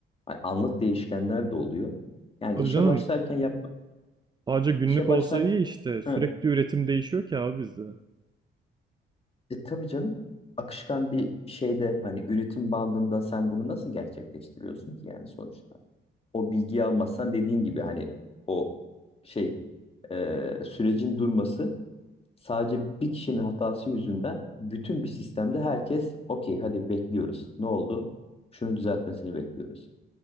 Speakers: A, on the left (about 30°); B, on the right (about 20°).
A: Ay, Anlık değişkenler de oluyor. Yani
B: Tabii
A: işe
B: canım,
A: başlarken yap,
B: sadece günlük
A: işe başlarken
B: olsa iyi işte. Sürekli
A: Hı.
B: üretim değişiyor ki abi bizde.
A: E, tabii canım akışkan bir şeyde hani üretim bandında sen bunu nasıl gerçekleştiriyorsun ki yani sonuçta? O bilgiyi almazsan dediğin gibi hani o şey e, sürecin durması Sadece bir kişinin hatası yüzünden bütün bir sistemde herkes okey hadi bekliyoruz. Ne oldu? Şunu düzeltmesini bekliyoruz.